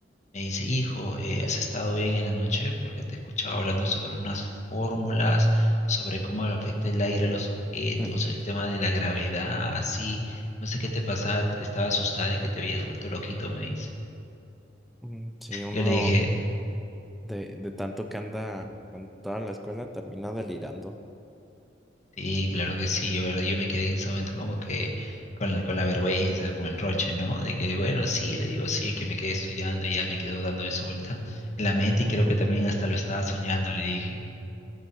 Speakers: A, on the left; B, in the centre.
A: me dice, hijo, eh, ¿has estado bien en la noche? Porque te escuchaba hablando sobre unas fórmulas, sobre cómo le afecta el aire a los objetos,
B: Ujú.
A: el tema de la gravedad, así. No sé qué te pasaba, estaba asustada de que te habías vuelto loquito, me dice.
B: Mm, Sí, uno
A: Yo le dije,
B: de, de tanto que anda con toda la escuela termina delirando.
A: Sí, claro que sí, es verdad, yo me quedé en ese momento como que con la, con la vergüenza, con el roche, ¿no? De que, bueno, sí, le digo, sí, es que me quedé estudiando y ya me quedo dando eso vuelta en la mente y creo
B: Ujú.
A: que también hasta lo estaba soñando, le dije.